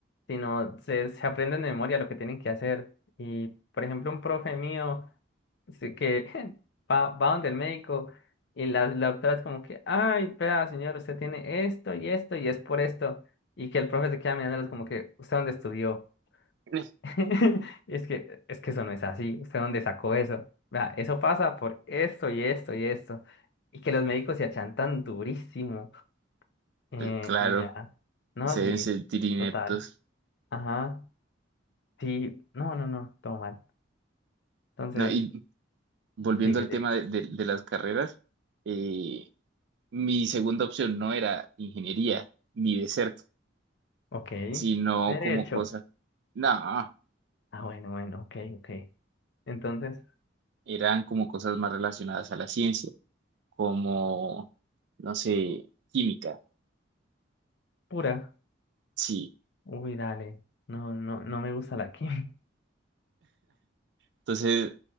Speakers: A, on the left; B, on the right.
A: sino se, se aprenden de memoria lo que tienen que hacer. Y, por ejemplo, un profe mío se- que <laughs> va, va donde el médico y la, la doctora es como que, ay, vea, señor, usted tiene esto y esto y es por esto. Y que el profe se queda mirándolos como que, ¿usted dónde estudió?
B: <laughs>
A: <laughs> Y Es que, es que eso no es así. ¿Usted dónde sacó eso? Vea, eso pasa por esto y esto y esto. Y que los médicos se achantan durísimo. eh,
B: Pues claro,
A: y ya. No,
B: se deben
A: sí,
B: sentir ineptos.
A: total. Ajá. Sí, no, no, no, todo mal. Entonces,
B: No, y volviendo
A: sigue,
B: al
A: sigue.
B: tema de, de- de las carreras, eh, mi segunda opción no era ingeniería, ni de cerca,
A: Ok.
B: sino
A: Derecho.
B: como cosas, no,
A: Ah, bueno, bueno, ok, ok. Entonces,
B: eran como cosas más relacionadas a la ciencia, como, no sé, química.
A: pura.
B: Sí,
A: Uy, dale. No, no, no me gusta la química. <laughs>
B: Entonces